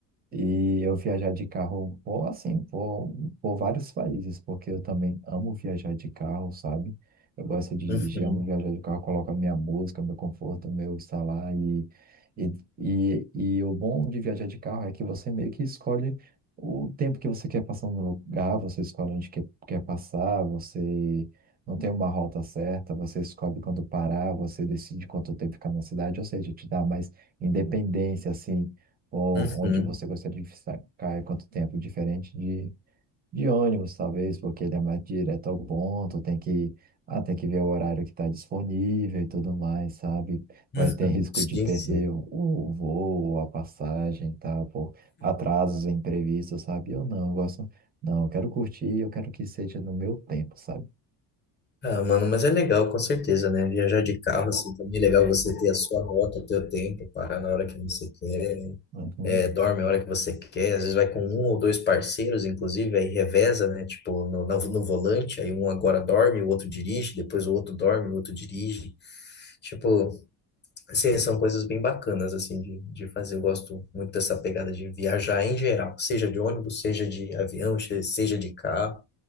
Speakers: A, on the right; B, on the left.
A: E eu viajar de carro, por, assim, por, por vários países, porque eu também amo viajar de carro, sabe? Eu gosto de dirigir,
B: Uhum,
A: amo viajar de carro, coloco a minha música, meu conforto, meu estar lá. E, e, e, e o bom de viajar de carro é que você meio que escolhe o tempo que você quer passar no lugar, você escolhe onde quer, quer passar, você não tem uma rota certa, você escolhe quando parar, você decide quanto tempo ficar na cidade, ou seja, te dá mais independência, assim ou
B: uhum,
A: onde você gostaria de ficar e quanto tempo, diferente de, de ônibus, talvez, porque ele é mais direto ao ponto, tem que, ah, tem que ver o horário que está disponível e tudo mais, sabe? Vai
B: uhum.
A: ter <laughs> risco
B: Sim,
A: de perder
B: sim.
A: o, o voo, ou a passagem, tá? Por atrasos imprevistos, sabe? Eu não, eu gosto, não, eu quero curtir, eu quero que seja no meu tempo, sabe?
B: Ah, mano, mas é legal, com certeza, né? Viajar de carro, assim, também é legal você ter a sua rota, o teu tempo, parar na hora que você quer,
A: Uhum.
B: é, dorme a hora que você quer, às vezes vai com um ou dois parceiros, inclusive, aí reveza, né? Tipo, no, no, no volante, aí um agora dorme, o outro dirige, depois o outro dorme, o outro dirige. Tipo, assim, são coisas bem bacanas, assim, de, de fazer. Eu gosto muito dessa pegada de viajar em geral, seja de ônibus, seja de avião, che- seja de carro.